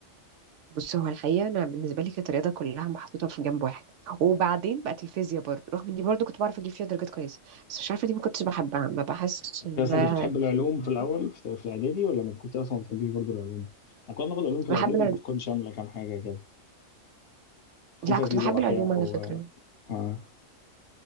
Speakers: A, on the right; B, on the left.
A: بص هو الحقيقه انا بالنسبه لي كانت الرياضه كلها محطوطه في جنب واحد وبعدين بقت الفيزياء برضه رغم اني برضه كنت بعرف اجيب فيها درجات كويسه بس مش عارفه دي ما كنتش بحبها ما بحسش
B: انت
A: انها
B: اصلا كنت بتحب العلوم في الاول
A: كنت
B: في في الاعدادي ولا ما كنت اصلا ما بتحبيش برضه العلوم احنا كنا بناخد علوم في الاعدادي
A: بحب الع-
B: بتكون شامله كام حاجه كده بتكون
A: لا
B: فيها
A: كنت
B: فيزياء
A: بحب
B: واحياء
A: العلوم على
B: و
A: فكره
B: اه